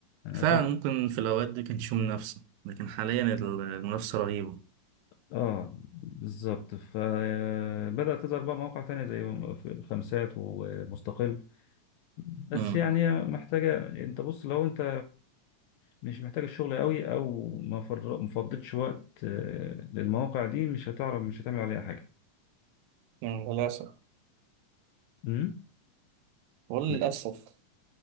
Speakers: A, on the left; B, on the right.
A: أنا
B: فعلا
A: فاكر
B: ممكن في الاوقات دي كانش في منافسة لكن حاليا المنافسة رهيبة
A: آه بالظبط فبدأت تظهر بقى مواقع تانية زي م- في- خمسات ومستقل بس
B: مم.
A: يعني هي محتاجة أنت بص لو أنت مش محتاجة الشغل قوي او ما فر- ما فضيتش وقت آه، للمواقع دي مش هتعرف مش هتعمل عليها حاجة
B: مم، للأسف
A: امم
B: وللأسف
A: م-